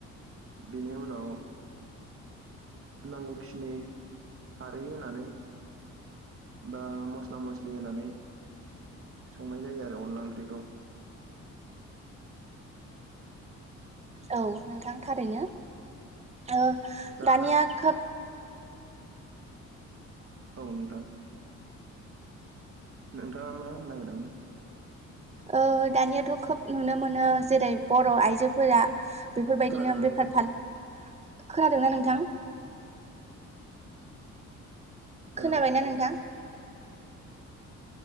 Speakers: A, on the right (about 45°); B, on the right (about 20°).
A: बिनि उनाव नांगौखिनि खारै होनानै बा मस्ला मस्लि होनानै संनाय जायो आरो अनला ओंख्रिखौ।
B: औ नोंथां थारैनो ओ
A: दा
B: दानिया खोब
A: औ नोंथां। नोंथाङा मा होन्नो नागिरामोन?
B: ओ दानियाथ' खोब नुनो मोनो जेरै बर' आइजोफोरा बेफोरबायदिनो
A: खोनादोंना नोंथां
B: बेफार फाल खोनादोंना नोंथां?
A: हेलौ
B: खोनाबायना नोंथां?